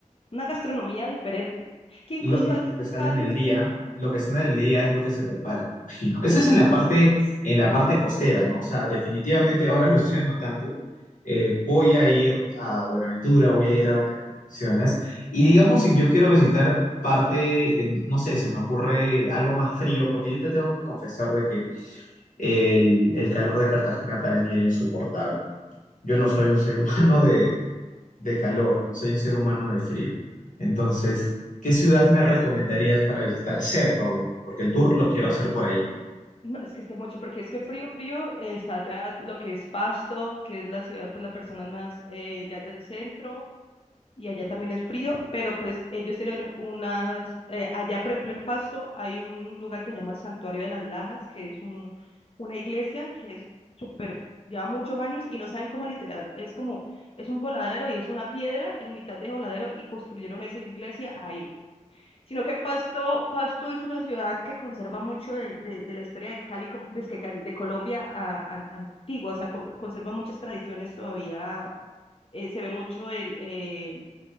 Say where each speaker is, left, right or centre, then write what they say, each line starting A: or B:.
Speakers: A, on the left; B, on the left.
A: una gastronomía diferente, que incluso
B: Lo, lo
A: aquí
B: que
A: en
B: sale
A: Cali,
B: en el día, lo que sale
A: o sea,
B: en el día es lo que se prepara, me imagino. Esa es en la parte, en la parte costera, ¿no? O sea, definitivamente ahora lo estoy anotando. eh, voy a ir a Buenaventura, voy a ir a donde me mencionas. Y digamos, si yo quiero visitar parte, en- no sé, se me ocurre algo más frío, porque yo te tengo que confesar de que el, el calor de Cartagena para mí era insoportable yo no soy un ser <laughs> humano de, de calor, soy un ser humano de frío. Entonces, ¿qué ciudad
A: es
B: me
A: que,
B: recomendarías para visitar cerca, obviamente? Porque el tour lo
A: es
B: quiero
A: que,
B: hacer por ahí.
A: no, es que esté mucho, porque es que frío, frío, eh, está ya lo que es Pasto, que es la ciudad, pues la persona más eh, ya del centro, y allá también es frío, pero pues ellos tienen unas, eh, allá por ejemplo en Pasto hay un lugar que se llama el Santuario de las Lajas, que es un, una iglesia que es súper, lleva muchos años y no saben cómo literal, es como, es un voladero y es una piedra en mitad de voladero y construyeron esa iglesia ahí. sino que Pasto, Pasto es una ciudad que conserva mucho de, de- de la historia de Cali, como- de, que Cali, de Colombia a- an- antigua, o sea, co- conservan muchas tradiciones todavía, eh, se ve mucho el, eh,